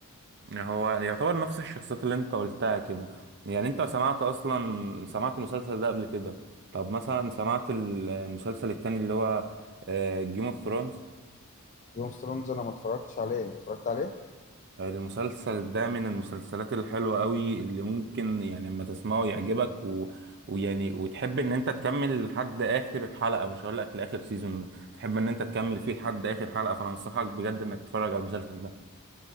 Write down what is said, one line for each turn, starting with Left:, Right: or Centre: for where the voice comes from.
Right: يعني هو يعني يعتبر نفس الشخصيات اللي انت قلتها كده يعني انت سمعت اصلا سمعت المسلسل ده قبل كده طب مثلا سمعت ال- المسلسل التاني اللي هو جيم اوف ثرونز
Left: جيم اوف ثرونز انا ما اتفرجتش عليه انت اتفرجت عليه
Right: المسلسل ده من المسلسلات الحلوة قوي اللي ممكن يعني لما تسمعه يعجبك و... ويعني وتحب ان انت تكمل لحد اخر حلقة مش هقول لك لاخر سيزون تحب ان انت تكمل فيه لحد اخر حلقة فانصحك بجد انك تتفرج على المسلسل ده